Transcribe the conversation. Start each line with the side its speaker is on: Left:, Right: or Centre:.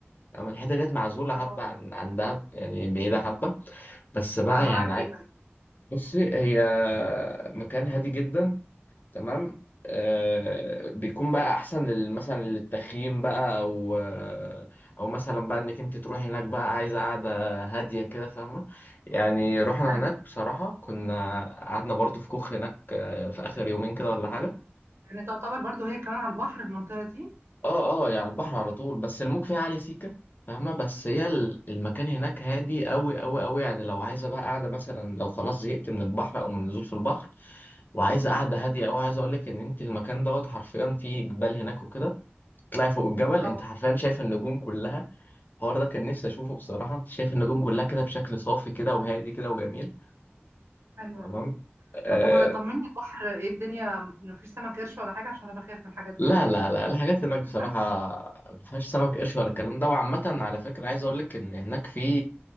Left: تمام الحتة ديت معزولة
Right: اه
Left: حبة عن عن دهب يعني بعيدة حبة بس بقى
Right: عباره
Left: يعني
Right: عن ايه
Left: عاي-
Right: طيب
Left: بصي هي مكان هادي جدا تمام آه بيكون بقى احسن لل- مثلا للتخييم بقى او آه، او مثلا بقى انك انت تروحي هناك بقى عايزه قاعده هاديه كده فاهمه يعني رحنا
Right: <laughs> حلو
Left: هناك بصراحه كنا قعدنا برضو في كوخ هناك آه، في اخر يومين كده ولا حاجه
Right: يعني تعتبر برضو هي كمان على البحر المنطقه دي
Left: اه اه يعني البحر على طول بس الموج فيه عالي سيكا فاهمة بس هي ال- المكان هناك هادي أوي أوي أوي يعني لو عايزة بقى قاعدة مثلا لو خلاص زهقت من البحر أو من النزول في البحر وعايزة قاعدة هادية أوي عايز أقولك إن أنت المكان دوت حرفيا فيه جبال هناك وكده تطلعي فوق الجبل
Right: اه
Left: أنت حرفيا شايفة النجوم كلها الحوار ده كان نفسي أشوفه بصراحة أنت شايف النجوم كلها كده بشكل صافي كده وهادي كده وجميل
Right: حلوه
Left: تمام
Right: أوي.
Left: آه،
Right: طب هو طمني البحر ايه الدنيا مفيش سمك قرش ولا حاجة عشان انا بخاف من الحاجات دي
Left: لا
Right: قوي
Left: لا لا الحاجات هناك بصراحة
Right: <laughs>
Left: ما فيهاش سمك قرش ولا الكلام ده وعامة على فكرة عايز أقول لك إن هناك في